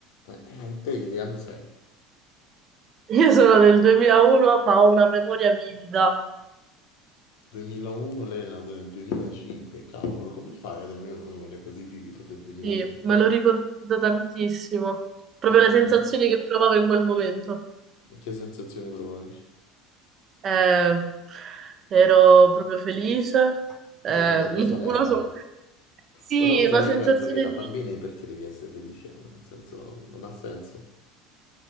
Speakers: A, on the left; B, on the right.
A: Eh, eh, te di che anno sei?
B: Io sono del 2001, ma ho una memoria vivida,
A: 2001, lei è nata nel 2005, cavolo, come fai ad avere una memoria così vivida del 2005?
B: sì, me lo ricordo tantissimo. Proprio
A: Cosa-
B: le sensazioni che provavo in quel momento.
A: che sensazione provavi?
B: Eh, ero proprio felice. Eh,
A: Che è nata tua
B: <laughs>
A: sorella?
B: una so- sì,
A: Poi non lo so,
B: una
A: io
B: sensazione
A: penso che da
B: di...
A: bambini perché devi essere felice, nel senso, non ha senso.